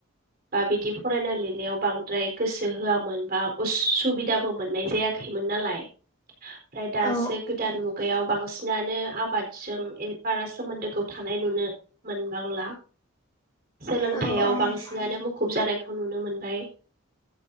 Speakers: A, on the right; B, on the left.
A: बा बिदि फरायना लिरनायाव बां द्राय गोसो होआमोन बा उसुबिदाबो मोननाय जायाखैमोन नालाय। ओमफ्राय दासो
B: औ
A: गोदान मुगायाव बांसि नानो आबाद जों ए बारा सोमोन्दोखौ थानाय नुनो मोनबांला। सोलोंथायाव
B: औ औ
A: बांसिनानो मुखुब जानाय खौ नुनो मोनबाय।